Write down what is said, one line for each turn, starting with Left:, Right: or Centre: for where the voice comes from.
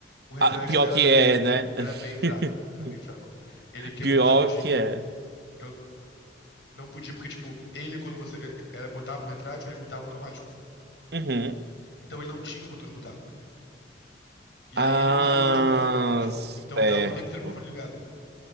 Left: O retrátil
Right: Ah, pior
Left: dela
Right: que
Left: era
Right: é,
Left: bem,
Right: né?
Left: era
Right: <laughs>
Left: bem fraco, era bem fraco. Ele quebrou
Right: Pior
Left: rapidinho.
Right: que é.
Left: Eu não podia porque tipo, ele quando você eh, era botava no retrátil, ele mutava automático.
Right: Uhum.
Left: Então ele não tinha o botão de mutar. E
Right: Ah,
Left: aí ele parou de mutar automático.
Right: certo.
Left: Então eu tava com o tempo inteiro com o fone ligado.